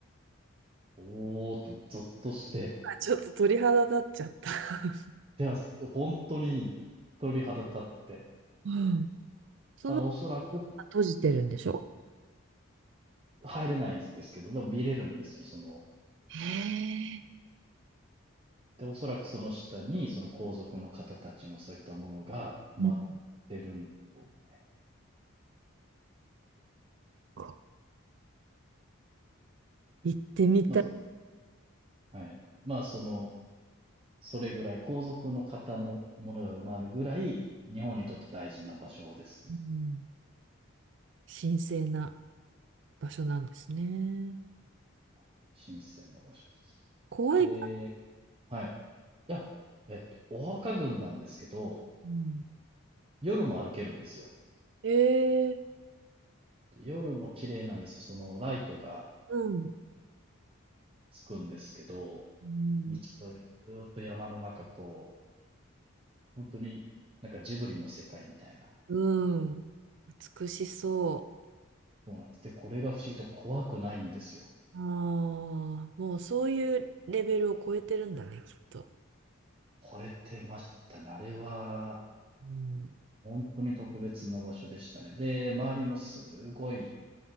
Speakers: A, on the right; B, on the right.
A: おーっと、ゾッとして、
B: あちょっと鳥肌立っちゃった。<laughs>
A: いや、本当に鳥肌立って、
B: うん。その、
A: ただおそらく
B: 閉じてるんでしょ
A: 入れないんですけど、でも見れるんですよね、その。
B: へえ。
A: で、おそらくその下に、その皇族の方たちのそういったものが埋まっ
B: うん
A: てるんでしょう。
B: こう行ってみたい。
A: まあ、はい。まあ、その、それぐらい、皇族の方のものが埋まるぐらい、日本にとって大事な場所ですね。
B: うん。神聖な場所なんですね。
A: はい。神聖な場所です。
B: 怖いか。
A: で、はい。あ、えっと、お墓群なんですけど、
B: うん。
A: 夜も歩けるんですよ。
B: ええ。
A: で夜も綺麗なんですよ。そのライトが
B: うん。
A: つくんですけど、
B: うん。
A: 道沿いにずーっと山の中、こう、本当に、なんかジブリの世界みたいな。
B: うん美しそ
A: そうなんです。で、これが不思議と怖くないんですよ。
B: う。ああ、もうそういうレベルを超えてるんだね、きっと。
A: 超えてましたね。あれは、
B: うん。
A: 本当に特別な場所でしたね。で、周りもすごい、